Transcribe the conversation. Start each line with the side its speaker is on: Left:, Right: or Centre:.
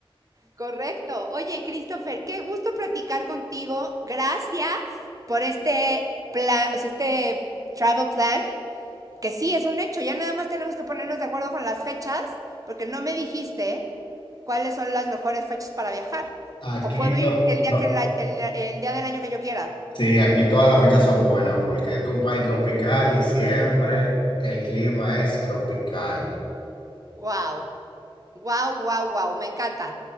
Right: correcto. Oye, Christopher, qué gusto platicar contigo. Gracias por este plan, o sea, este travel plan, que sí, es un hecho. Ya nada más tenemos que ponernos de acuerdo con las fechas, porque no me dijiste cuáles son las mejores fechas para viajar.
Left: Aquí,
Right: O puedo
Left: to-
Right: ir el día,
Left: to-
Right: que el, el- el día del año que yo quiera.
Left: sí, aquí todas las fechas son buenas porque es un país tropical y siempre el clima es tropical.
Right: Wow, wow, wow, wow. Me encanta,